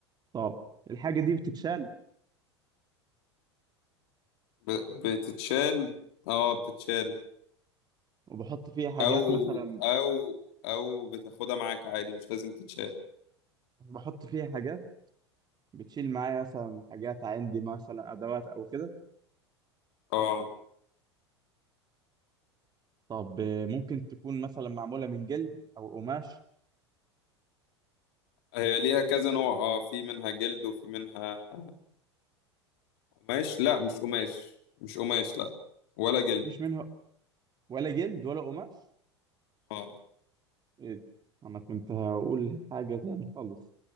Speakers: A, on the right; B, on the left.
A: طب الحاجة دي بتتشال
B: ب... بتتشال اه بتتشال
A: وبحط فيها حاجات
B: او
A: مثلا
B: او او بتاخدها معاك عادي مش لازم تتشال
A: بحط فيها حاجات بتشيل معايا مثلا حاجات عندي مثلا أدوات أو كده
B: اه
A: طب آه، ممكن تكون مثلا معمولة من جلد أو قماش
B: هي ليها كذا نوع اه في منها جلد وفي منها قماش لا مش قماش مش قماش لا ولا جلد
A: مفيش منها ولا جلد ولا قماش
B: اه
A: ايه ده انا كنت هقول حاجه تاني خالص